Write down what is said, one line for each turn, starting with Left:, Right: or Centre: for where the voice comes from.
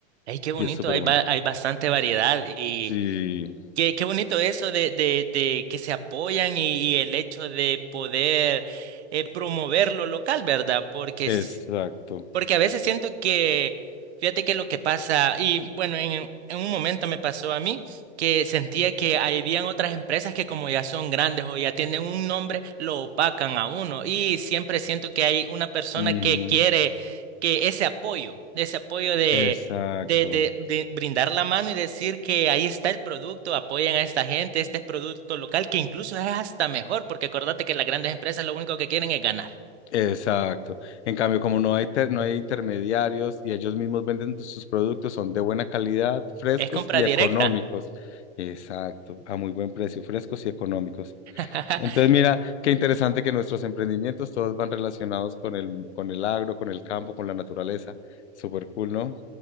Right: Ay, qué bonito,
Left: Y es súper
Right: hay,
Left: bonito.
Right: ba- hay bastante variedad y
Left: Sí,
Right: qué, qué bonito eso de, de, de que se apoyan y, y el hecho de poder eh, promover lo local, ¿verdad? Porque
Left: exacto.
Right: s- Porque a veces siento que, fíjate que lo que pasa, y bueno, en, en un momento me pasó a mí que sentía que habían otras empresas que como ya son grandes o ya tienen un nombre, lo opacan a uno. Y siempre siento que hay una persona
Left: Ujú,
Right: que quiere que ese apoyo, ese apoyo de,
Left: exacto.
Right: de, de, de brindar la mano y decir que ahí está el producto, apoyen a esta gente, este es producto local, que incluso es hasta mejor, porque acordate que las grandes empresas lo único que quieren es ganar.
Left: Exacto. En cambio, como no hay, ter- no hay intermediarios y ellos mismos venden sus productos, son de buena calidad, frescos
Right: Es compra
Left: y económicos.
Right: directa.
Left: Exacto, a muy buen precio, frescos y económicos.
Right: <laughs>
Left: Entonces, mira, qué interesante que nuestros emprendimientos todos van relacionados con el, con el agro, con el campo, con la naturaleza. Súper cool, ¿no?